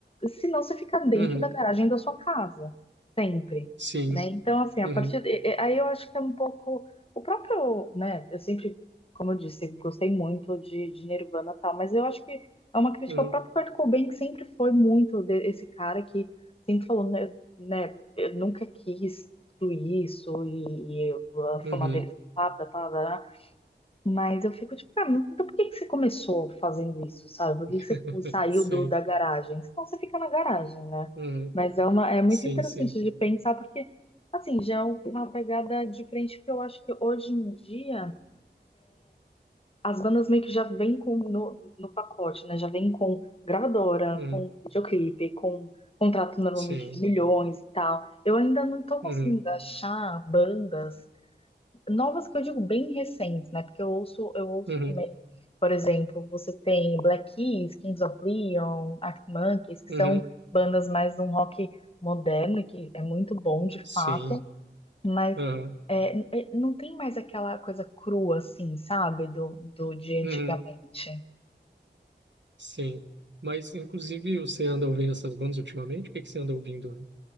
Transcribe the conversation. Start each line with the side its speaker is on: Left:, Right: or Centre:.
Left: Senão você fica dentro
Right: Uhum.
Left: da garagem da sua casa, sempre,
Right: Sim.
Left: né? Então, assim, a
Right: Uhum.
Left: partir e- e- aí eu acho que é um pouco o próprio, né? Eu sempre, como eu disse, gostei muito de, de Nirvana e tal, mas eu acho que é uma crítica
Right: Uhum.
Left: ao próprio Kurt Cobain, que sempre foi muito de- esse cara que sempre falou, né, né, eu nunca quis tudo isso e, e eu- a
Right: Uhum.
Left: fama dele foi pá, pá, pá, pá, mas eu fico tipo, cara, então por que que você começou fazendo isso, sabe? Por que
Right: <laughs>
Left: que você saiu
Right: Sim.
Left: do, da garagem? Senão você fica na garagem, né?
Right: Uhum.
Left: Mas é uma, é muito
Right: Sim,
Left: interessante
Right: sim.
Left: de pensar, porque, assim, já é uma pegada diferente que eu acho que hoje em dia as bandas meio que já vêm com no, no pacote, né? Já vêm com gravadora,
Right: Uhum,
Left: com videoclipe, com contrato normalmente
Right: sim.
Left: de milhões e tal. Eu ainda não tô conseguindo
Right: Uhum,
Left: achar bandas novas que eu digo bem recentes, né? Porque eu ouço, eu ouço
Right: uhum,
Left: também, por exemplo, você tem Black Keys, Kings of Leon, Arctic Monkeys, que
Right: uhum,
Left: são bandas mais de um rock moderno, que é muito bom de
Right: sim.
Left: fato. Mas
Right: Aham,
Left: é, n- é, não tem mais aquela coisa crua, assim, sabe? Do, do de antigamente.
Right: uhum, sim. Mas, inclusive, você anda ouvindo essas bandas ultimamente? O que que você anda ouvindo